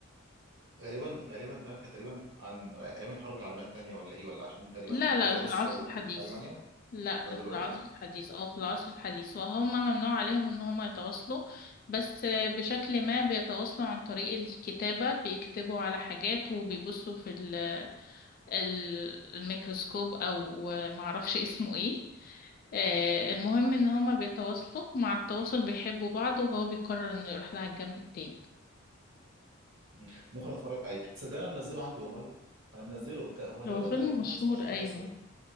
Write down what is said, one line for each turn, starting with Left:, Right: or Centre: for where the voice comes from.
Right: غالبا غالبا ده كان تقريبا عن ايام الحرب العالميه الثانيه ولا ايه ولا عشان تقريبا
Left: لا لا
Right: كده
Left: في
Right: روسيا
Left: العصر الحديث
Right: والمانيا
Left: لا
Right: ده
Left: ده
Right: دلوقتي
Left: في العصر الحديث اه في العصر الحديث وهم ممنوع عليهم ان هم يتواصلوا بس بشكل ما بيتواصلوا عن طريق الكتابة بيكتبوا على حاجات وبيبصوا في ال- ال- الميكروسكوب او معرفش اسمه ايه آه، المهم ان هما بيتواصلوا مع التواصل بيحبوا بعض وهو بيقرر انه يروح لها الجنب التاني
Right: مم. ممكن اتفرج عليه صدق انا منزله عندي والله انا منزله ت- هو تقريبا
Left: هو فيلم
Right: ده 2025
Left: مشهور ايوه
Right: لسه